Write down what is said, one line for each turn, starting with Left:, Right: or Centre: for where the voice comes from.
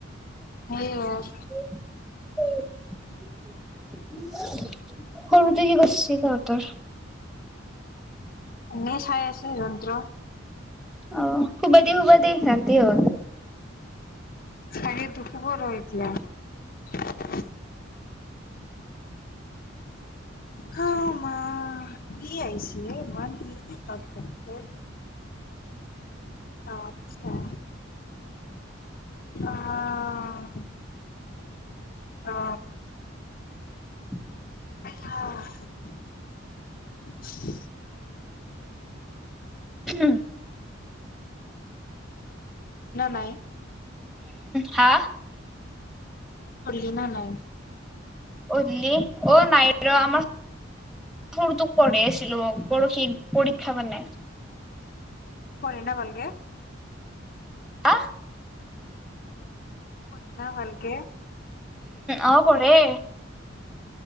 Left: সেইয়াই
Centre: সৰুতে কি কৰিছে ঠিকত
Left: কোনে চাই আছে যন্ত্ৰ
Centre: অ হুব দে হুব দে ৰাতি হ'ল
Left: চাৰী খুব ৰ এতিয়া দে হ মা কি আহিছিলে ইমান তাৰ পৰা আচ্ছা অ অ
Centre: ই
Left: অ
Centre: হম
Left: নাই
Centre: হা
Left: খুলি নে নাই
Centre: অধলি অ নাই ৰ আমাৰ ফুৰটো পঢ়েছ পৰশি পৰীক্ষা মানে
Left: পঢ়ে না ভাল কে
Centre: আহ
Left: পঢ়ে না ভালকে
Centre: আহ পঢ়ে